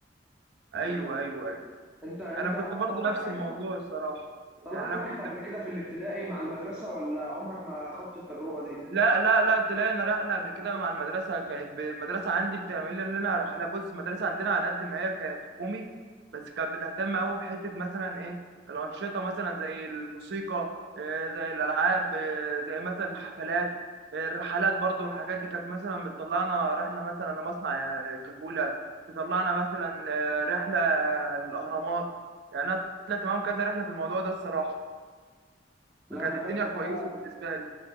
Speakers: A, on the right; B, in the centre.
A: ايوه
B: انت ف...
A: ايوه ايوه
B: انت انت
A: انا كنت برضو
B: طلعت
A: نفس
B: رحله
A: الموضوع الصراحه
B: طلعت
A: يعني انا
B: رحلة
A: كنت
B: قبل كده في الابتدائي مع المدرسة ولا عمرك ما خضت التجربة دي؟
A: لا لا لا طلعنا رحلة قبل كده مع المدرسة كانت ب- المدرسة عندي بتعمل لنا رحلة بص المدرسة عندنا على قد ما هي كانت حكومي بس كانت بتهتم أوي بحتة مثلا إيه الأنشطة مثلا زي الموسيقى آه، زي الألعاب آه، زي مثلا الحفلات آه، الرحلات برضو والحاجات دي كانت مثلا بتطلعنا رحلة مثلا لمصنع آه، كاكولا تطلعنا مثلا آه، رحلة الأهرامات يعني أنا طلعت معاهم كذا رحلة في الموضوع ده الصراحة
B: لا
A: فكانت
B: أنا
A: الدنيا
B: فاكر
A: كويسة
B: بقى
A: بالنسبة لي